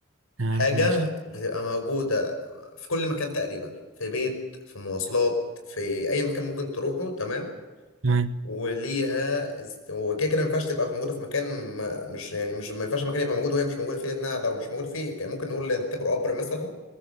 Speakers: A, on the right; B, on the left.
A: تمام
B: حاجة
A: ماشي
B: بتبقى موجودة في كل مكان تقريبا في بيت في مواصلات في أي مكان ممكن تروحه تمام
A: تمام
B: وليها است- وكده كده ما ينفعش تبقى موجودة في مكان ما مش يعني مش ما ينفعش المكان يبقى موجود وهي مش موجودة فيه لأنها لو مش موجودة فيه كان ممكن نقول نعتبره قبر مثلا